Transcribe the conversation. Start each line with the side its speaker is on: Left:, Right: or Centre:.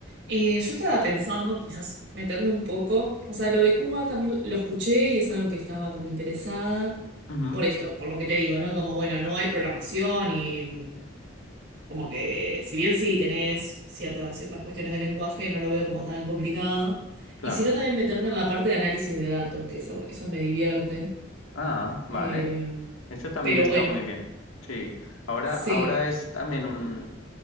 Right: Eh, yo estaba pensando quizás meterme un poco, o sea, lo de Cuba también lo escuché y es algo que estaba como interesada
Left: Ujú,
Right: por esto, por lo que te digo, ¿no? Como, bueno, no hay programación y Como que, si bien sí tenés ciertas, ciertas cuestiones de lenguaje, no lo veo como tan complicado.
Left: claro.
Right: Y si no, también meterme en la parte de análisis de datos, que eso, eso me divierte.
Left: Ah, vale.
Right: Eh,
Left: Esto también
Right: pero
Left: está
Right: bueno,
Left: muy bien. Sí. Ahora,
Right: sí.
Left: ahora es también un